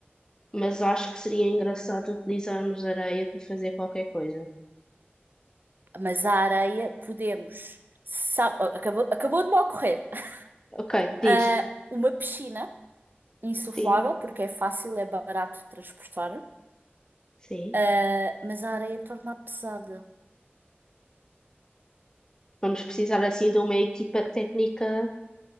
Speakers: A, on the left; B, on the right.
A: é, mas acho que seria engraçado utilizarmos areia para fazer qualquer coisa.
B: Mas a areia podemos. sa- Acabou, acabou de me ocorrer. <laughs>
A: Ok,
B: Ah,
A: diz.
B: uma piscina. insuflável,
A: Sim,
B: porque é fácil, é barato de transportar,
A: sim.
B: ah, mas a areia torna-a pesada,
A: Vamos precisar assim de uma equipa técnica